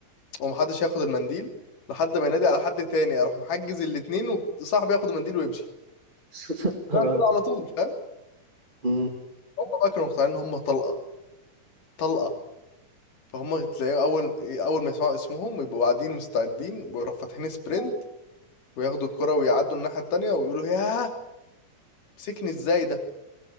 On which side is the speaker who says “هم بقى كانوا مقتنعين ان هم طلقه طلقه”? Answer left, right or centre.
Left